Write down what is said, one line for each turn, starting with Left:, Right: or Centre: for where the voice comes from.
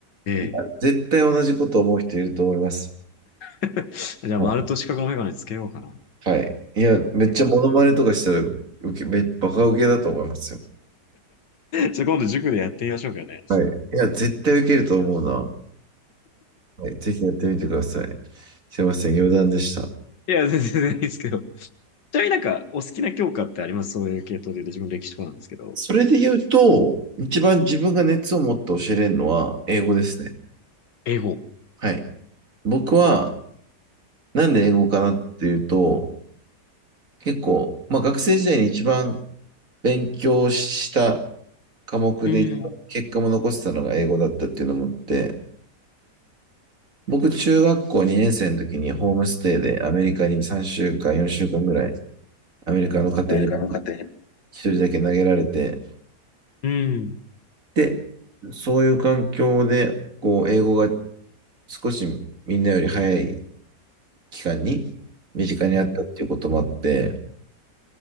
Left: ええ。
Right: いや、絶対同じこと思う人いると思います。
Left: <laughs> じゃあ、
Right: はい。
Left: 丸と四角のメガネつけようかな。
Right: はいいや、めっちゃモノマネとかしたら、
Left: <laughs>
Right: 受け、め、バカ受けだと思いますよ。
Left: じゃあ、今度塾でやってみましょうかね。
Right: はい。いや、絶対受けると思うな。はい、ぜひやってみてください。すいません、余談でした。
Left: いや、全然全然いいですけど。ちなみになんか、お好きな教科ってありますそういう系統で言うと、自分歴史とかなんですけど。
Right: それで言うと、一番自分が熱を持って教えれるのは英語ですね。
Left: 英語。
Right: はい。僕は、なんで英語かなっていうと、結構、まあ学生時代に一番勉強した科目で結果も残してたのが英語だったっていうのもあって、
Left: うん。
Right: 僕中学校2年生の時にホームステイでアメリカに3週間、4週間ぐらいアメリカの家庭に
Left: 誰かの家庭に。
Right: 一人だけ投げられて、
Left: うん。
Right: で、そういう環境で、こう、英語が少しみんなより早い期間に身近にあったっていうこともあって、
Left: うん。